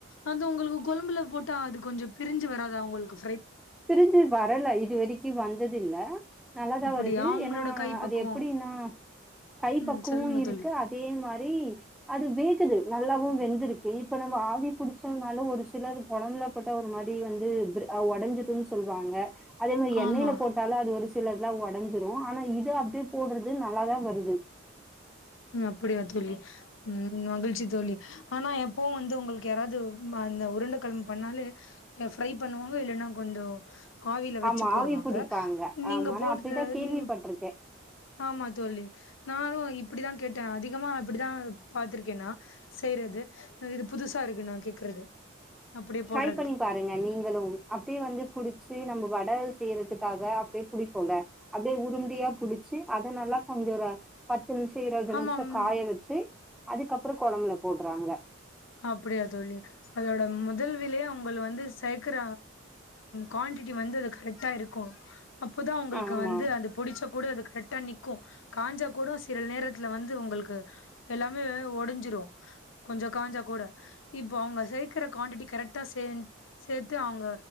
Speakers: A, on the left; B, in the centre.
A: அத உங்களுக்கு கொழம்புல போட்டா அது கொஞ்சோ பிரிஞ்சு வராதா உங்குளுக்கு
B: பிரிஞ்சு வரல இது வரைக்கு வந் ததுல்ல நல்லாதா
A: அப்டியா
B: வருது
A: உங்களோட
B: ஏனா
A: கைப்பக்குவோ
B: அது எப்புடின்னா கை
A: ம்
B: பக்குவோ
A: சொல்லுங்க
B: இருக்கு
A: தோழி
B: அதே மாரி அது வே க்குது நல்லாவு வெந்திருக்கு இப்ப நம்ம ஆவி புடிச்சோனாலு ஒரு சில து கொழம்புல போட்டா ஒரு மாரி வந்து விரு ஒடஞ்சு க்னு சொல்வாங்க அதே மாரி எண்ணெய்ல
A: ஆமா
B: போட்டாலு அது ஒரு சில எல்லா ஒடஞ்சுரோ ஆனா இது அப்புடியே போடுறது நல்லாதா வருது
A: அப்புடியா தோழி ம்ம் மகிழ்ச்சி தோழி ஆனா எப்பவு வந்து உங்களுக்கு யாராது அந்த உருண்டக்கெழம்பு பண்ணாலே ஃப்ரை பண்ணுவாங்க இல்லன்னா கொஞ்சோ ஆவில வெச்சு
B: ஆமா
A: போடுவாங்க
B: ஆவி புடிப்பாங்க
A: நீங்க
B: ஆமா
A: போட்டு
B: நா அப்டிதா கேள்விப்பட்டிருக்கே
A: நீங்க ஆமா தோலி நானோ இப் அதா கேட்டே அதிகமா அது அப்புடிதா பாத்திருக்கே நா செய்றது இது புதுசாருக்கு நா கேக்குறது அப்டியே
B: ட்ரை
A: போடுறது
B: பண்ணி பாருங்க நீங்களோ அப்புடியே வந்து புடிச் நம்ம வட செய்யறதுக்காக அப்டியே புடிப்போல அப்டியே உருண்டயா புடிச்சு அதனல்லா கொஞ்சோ தா பத்து நிமிஷ இருவது
A: ஆமாம்
B: நிமிஷோ காய வெச்சு அதுக்கப்புறோ கொழம்புல போடுறாங்க
A: அப்புடியா தோலி அதோட முதல்விலேயே அவுங்கள வந்து சேக்குற குவான்டிட்டி வந்து அது கரெக்டா இருக்கோ அப்போதா அவுங்களுக்கு
B: ஆமா
A: வந்து அது புடிச்சா கூடதுக்கு கரெக்டா நிக்கு காஞ்சா கூட சில நேரத்துல வந்து உங்களுக்கு எல்லாமே ஒடஞ்சுரு கொஞ்சோ காஞ்சா கூட இப்போ அவுங்க சேக்கற குவான்டிட்டி கரெக்டா சே சேர்த்து அவுங்க